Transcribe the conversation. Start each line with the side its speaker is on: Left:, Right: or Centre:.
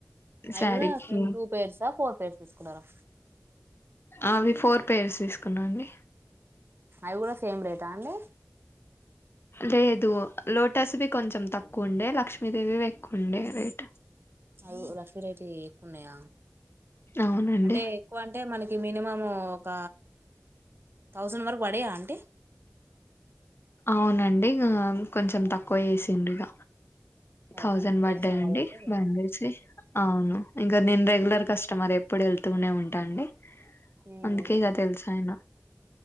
Right: అవి
Left: శారీకి
Right: కూడా టూ పేర్సా ఫోర్ పేర్స్ తీసుకున్నారా
Left: అవి ఫోర్ పేర్స్ తీసుకున్నా అండి
Right: అవి కూడా సేమ్ రేటా అండి
Left: లేదు లోటస్ వి కొంచెం తక్కువ ఉండే లక్ష్మీదేవి ఎక్కువ ఉండే రేట్
Right: అవి లక్సరీ రేట్ ఉన్నాయా
Left: అవునండి
Right: అంటే ఎక్కువ అంటే మన మినిమం ఒక థౌసండ్ వరకు పడ్డయా అంటి
Left: అవునండి ఇగ కొంచెం తక్కువ చేసిండు ఇగ థౌజండ్
Right: ఓకే
Left: బడ్డయ్
Right: తెలిసిన
Left: అండి
Right: వాళ్ళు ఉంటే
Left: బ్యాంగిల్స్ అవును ఇంకా నేను రెగ్యులర్ కస్టమర్ ఏ ఏప్పుడు వెళ్తూనే ఉంటాండి
Right: ఉమ్
Left: అందుకే ఇక తెలుసా ఆయన